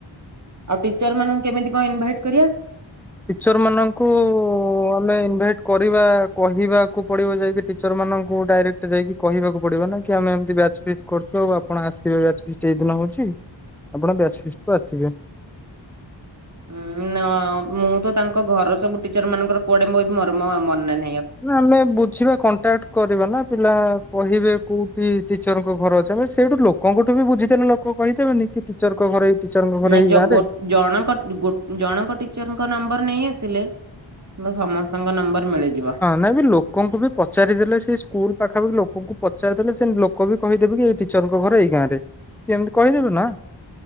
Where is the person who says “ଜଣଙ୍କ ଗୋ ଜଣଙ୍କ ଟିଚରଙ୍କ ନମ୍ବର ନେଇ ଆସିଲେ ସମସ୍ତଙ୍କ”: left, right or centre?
Right